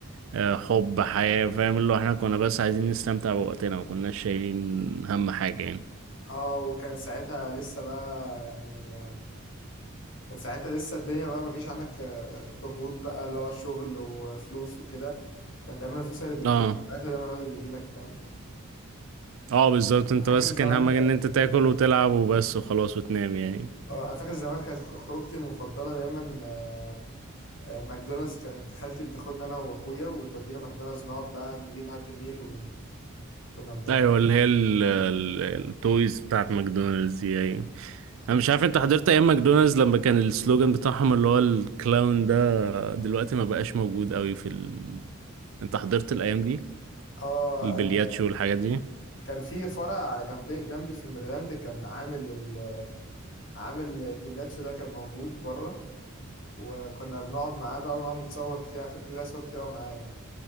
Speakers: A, on the right; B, on the left.
A: آه، حب حياة فاهم اللي هو احنا كنا بس عايزين نستمتع بوقتنا ما كناش شايلين هم حاجة يعني
B: اه وكان ساعتها لسه بقى يعني آه، كان ساعتها لسه الدنيا بقى مفيش عنك آه، ضغوط بقى اللي هو شغل وفلوس وكده كان دايما الفلوس هي اللي بتجيلك
A: اه
B: الأكل دايما هو اللي بيجيلك فاهم
A: اه بالظبط انت
B: فاكر
A: بس
B: زمان
A: كان همك
B: كانت
A: ان انت تاكل
B: اه
A: وتلعب وبس وخلاص وتنام يعني
B: آه، انا فاكر زمان كانت خروجتي المفضله دايما آه، آه، ماكدونالدز كانت خالتي بتاخدنا انا واخويا وتودينا ماكدونالدز نقعد بقى نجيب هابي ميل وكنا ب...
A: ايوه اللي هي ال- ال- التويز بتاعت ماكدونالدز دي يعني انا مش عارف انت حضرت ايام ماكدونالدز لما كان السلوجان بتاعهم اللي هو الكلاون ده دلوقتي ما بقاش موجود قوي في ال... انت حضرت الايام دي
B: اه
A: البلياتشو
B: آه،
A: والحاجات دي
B: كان في فرع جنبي جنبي في الميرلاند كان عامل ال... عامل البلاتشو ده كان موجود بره وكنا بنقعد معاه بقى ونقعد نتصور كتير انا فاكر ليا صور كتير قوي معاه يعني